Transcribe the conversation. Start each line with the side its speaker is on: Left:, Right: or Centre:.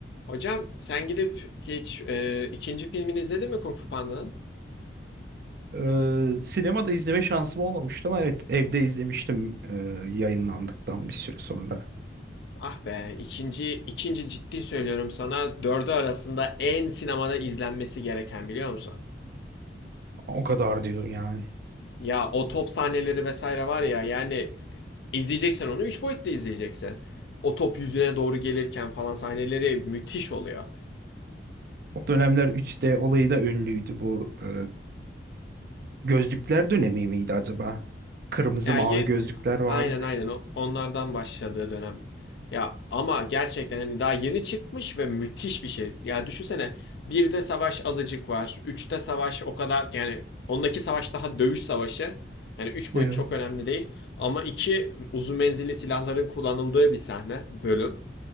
Left: Hocam sen gidip hiç e, ikinci filmini izledin mi Kung Fu Panda'nın?
Right: Ee, sinemada izleme şansım olmamıştı ama evet evde izlemiştim e, yayınlandıktan bir süre sonra.
Left: Ah be ikinci ikinci ciddi söylüyorum sana dördü arasında en sinemada izlenmesi gereken biliyor musun?
Right: O kadar diyorum yani.
Left: Ya o top sahneleri vesaire var ya yani izleyeceksen onu üç boyutlu izleyeceksin. O top yüzüne doğru gelirken falan sahneleri müthiş oluyor.
Right: O dönemler 3D olayı da ünlüydü bu. e, gözlükler dönemi miydi acaba? Kırmızı
Left: Ya
Right: mavi
Left: ye,
Right: gözlükler vardı.
Left: aynen aynen o onlardan başladığı dönem. Ya ama gerçekten hani daha yeni çıkmış ve müthiş bir şey. Ya düşünsene birde savaş azıcık var. Üçte savaş o kadar yani ondaki savaş daha dövüş savaşı. Hani üç boyut
Right: Evet.
Left: çok önemli değil. Ama iki uzun menzilli silahların kullanıldığı bir sahne bölüm.